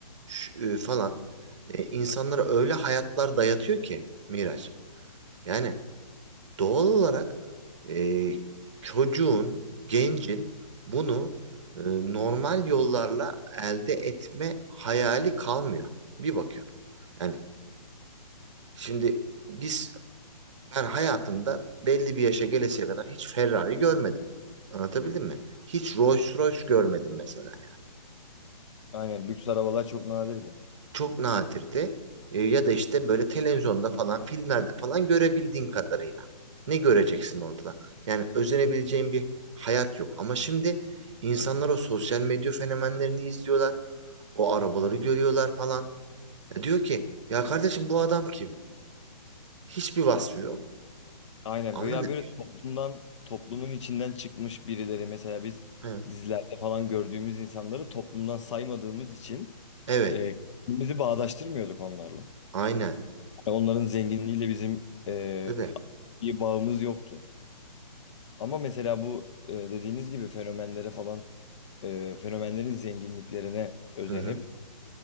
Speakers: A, on the right (about 45°); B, on the left (about 45°).
A: şu- e, falan e, insanlara öyle hayatlar dayatıyor ki Miraç. Yani doğal olarak e, çocuğun, gencin bunu e, normal yollarla elde etme hayali kalmıyor. Bir bakıyor. Yani Şimdi biz ben hayatımda belli bir yaşa gelesiye kadar hiç Ferrari görmedim. Anlatabildim mi? Hiç Rolls Royce görmedim mesela yani.
B: Aynen lüks arabalar çok nadirdi.
A: Çok nadirdi. E, ya da işte böyle televizyonda falan filmlerde falan görebildiğin kadarıyla. Ne göreceksin orada da? Yani özenebileceğin bir hayat yok. Ama şimdi insanlar o sosyal medya fenomenlerini izliyorlar. O arabaları görüyorlar falan. Ya diyor ki ya kardeşim bu adam kim? Hiçbir vasfı yok.
B: Aynen
A: Ama
B: böyle ya
A: ne?
B: böyle toplumdan toplumun içinden çıkmış birileri mesela biz
A: Hı,
B: dizilerde falan gördüğümüz insanları toplumdan saymadığımız için
A: Evet.
B: e, bizi bağdaştırmıyorduk onlarla.
A: Aynen.
B: Yani onların zenginliğiyle bizim e,
A: Değil mi?
B: bir bağımız yoktu. Ama mesela bu e, dediğiniz gibi fenomenlere falan e, fenomenlerin zenginliklerine özenip
A: Hı hı.